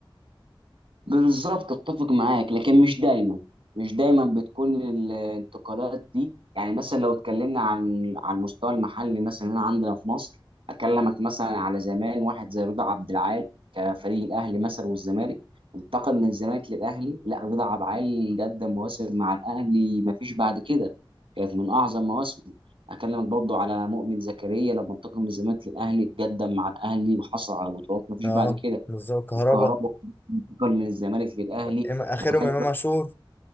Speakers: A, on the right; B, on the left.
A: بالظبط اتفق معاك لكن مش دايما مش دايما بتكون الانتقالات دي يعني مثلا لو اتكلمنا عن على المستوى المحلي مثلا هنا عندنا في مصر اكلمك مثلا على زمان واحد زي رضا عبد العال كفريق الاهلي مثلا والزمالك انتقل من الزمالك للاهلي لا رضا عبد العال قدم مواسم مع الاهلي ما فيش بعد كده كانت من اعظم مواسمه اكلمك برضو على مؤمن زكريا لما انتقل من الزمالك للاهلي قدم مع الاهلي وحصل على بطولات ما فيش
B: اه
A: بعد كده
B: بالظبط كهربا
A: الكهرباء انتقل من الزمالك للاهلي
B: إم- اخرهم
A: ما كانش
B: امام عاشور